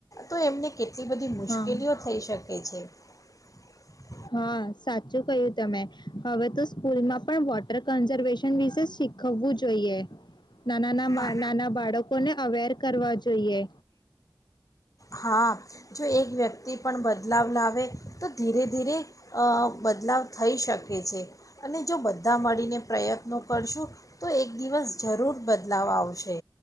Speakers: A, on the left; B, on the left.
A: તો એમને એટલી બધી મુશ્કેલીઓ
B: હા
A: થઈ શકે. એજ.
B: હા સાચું ક્યું તમે હવે તો સ્કૂલમાં પણ વોટર કન્ઝર્વેશન વિશે શીખવવું જોઈએ. નાના ના
A: હા
B: નાના બાળકોને અવેર કરવા જોઈએ.
A: હા જો એક વ્યક્તિ પણ બદલાવ લાવે તો ધીરે ધીરે અ બદલાવ થઈ શકે છે અને જો બધા મળીને પ્રયત્નો કરશું તો એક દિવસ જરૂર બ બદલાવ આવશે